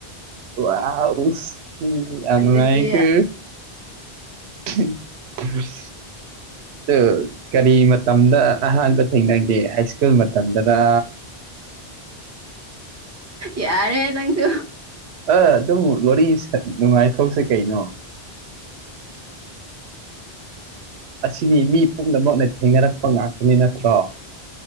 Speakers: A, on the right; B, on the right.
A: ꯎ ꯑꯥ ꯎꯁ ꯃꯤꯗꯤ ꯌꯥꯝ
B: ꯑꯗꯨꯗꯤ
A: ꯅꯨꯡꯉꯥꯏꯀꯣ ꯊꯤꯞ ꯊꯞ ꯑꯑ <unintelligible> ꯀꯔꯤ ꯃꯇꯝꯗ ꯑꯍꯥꯟꯕ ꯊꯦꯡꯅꯒꯦ ꯍꯥꯏꯁ꯭ꯀꯨꯜ ꯃꯇꯝꯗꯔꯥ
B: ꯌꯥꯔꯦ ꯅꯪꯁꯨ
A: ꯑ ꯑꯗꯨꯝ ꯋꯥꯔꯤ ꯅꯨꯡꯉꯥꯏꯊꯣꯛꯁꯤ ꯀꯩꯅꯣ ꯑꯁꯤꯗꯤ ꯃꯤ ꯄꯨꯝꯅꯃꯛꯅ ꯊꯦꯡꯅꯔꯛꯄ ꯉꯥꯛꯇꯅꯤ ꯅꯠꯇ꯭ꯔꯣ